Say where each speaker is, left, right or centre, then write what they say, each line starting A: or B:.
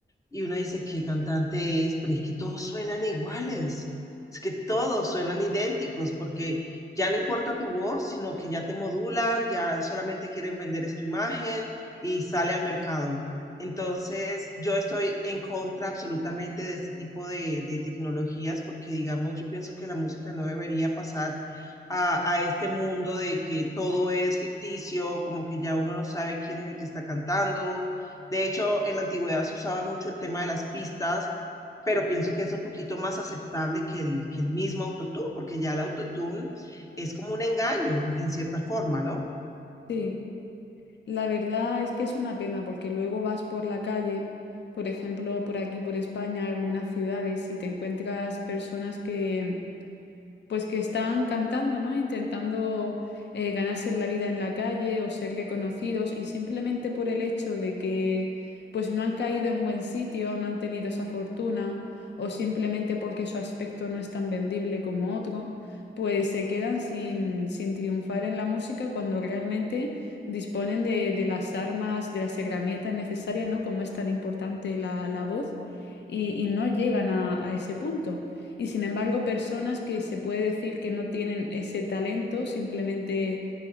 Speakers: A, on the left; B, on the left.
A: y uno dice qué cantante es, pero es que todos suenan iguales, es que todos suenan idénticos porque ya no importa tu voz, sino que ya te modulan, ya solamente quieren vender esta imagen y sale al mercado. Entonces, yo estoy en contra absolutamente de este tipo de, de tecnologías porque, digamos, yo pienso que la música no debería pasar a, a este mundo de que todo es ficticio, como que ya uno no sabe quién es el que está cantando, de hecho, en la antigüedad se usaba mucho el tema de las pistas, pero pienso que es un poquito más aceptable que el, que el mismo autotune, porque ya el autotune es como un engaño en cierta forma, ¿no?
B: Sí, la verdad es que es una pena porque luego vas por la calle, por ejemplo, por aquí, por España, algunas ciudades, y te encuentras personas que pues que están cantando, ¿no? Intentando eh, ganarse la vida en la calle o ser reconocidos y simplemente por el hecho de que pues no han caído en buen sitio, no han tenido esa fortuna o simplemente porque su aspecto no es tan vendible como otro, pues se quedan sin, sin triunfar en la música cuando realmente disponen de, de las armas, de las herramientas necesarias, ¿no? Como es tan importante la, la voz y, y no llegan a a ese punto. Y sin embargo, personas que se puede decir que no tienen ese talento, simplemente,